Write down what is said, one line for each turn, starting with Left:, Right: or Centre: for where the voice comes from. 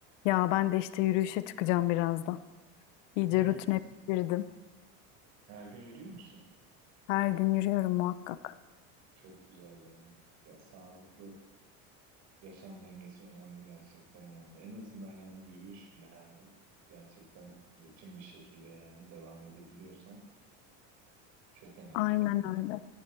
Left: Ya ben de işte yürüyüşe çıkacağım birazdan. İyice
Right: Hı,
Left: rutine girdim.
Right: her gün yürüyor musun?
Left: Her gün yürüyorum muhakkak.
Right: Çok güzel ya. Ya sağlıklı yaşam dengesi önemli gerçekten yani. En azından yani yürüyüş bile her gün gerçekten rutin bir şekilde yani devam edebiliyorsan çok önemli
Left: Aynen
Right: yani.
Left: öyle.